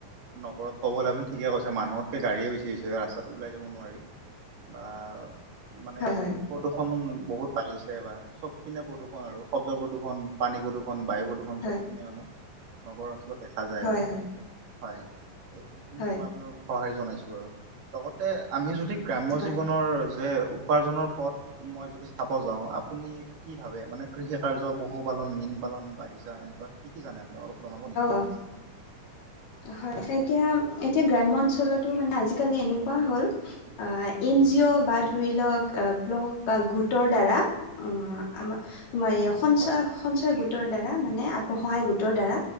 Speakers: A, on the right; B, on the left.
A: নগৰত ক'বলৈ আপুনি ঠিকে কৈছে, মনুহতকে গাড়ীয়ে বেছি হৈছে ৰাস্তাত উলাই যাব নোৱাৰি। বা মানে
B: হয় হয়
A: প্ৰদূষণ বহুত বাঢ়িছে বা চবপিনে প্ৰদুৰ্ষণ আৰু শব্দ প্ৰদুৰ্ষণ, পানী প্ৰদুৰ্ষন, বায়ু প্ৰদূ ষণ
B: হয়
A: চব পিনে মানে নগৰ অঞ্চলত দেখা যায়
B: হয়
A: আৰু,
B: হয়
A: হয় এই খিনিক
B: হয় হয়
A: মই আপোনালোক সহাৰি জনাইছো আৰু, লগতে আমি যদি গ্ৰাম্য
B: হয় হয়
A: জীৱনৰ যে উ পাৰ্জনৰ পথ মই যদি চাব যাওঁ, আপুনি কি ভাবে মানে কৃষি কাৰ্য পশুপালন, মীন পালন, বাগিচা এনেকুৱা কি কি জানে আপুনি অলপ জনাব নেকি?
B: অ হয় এতিয়া এতিয়া গ্ৰাম্য অঞ্চলতো মানে আজিকালি এনেকুৱা হ'ল অ' এন জি অ' বা ধৰি লওক ব্লগ বা গোটৰ দ্বাৰাসঞ্চাই
A: হয়
B: গোট <inaudible> গোটৰ দ্বাৰা মানে আত্মসহায় গোটৰ দ্বাৰা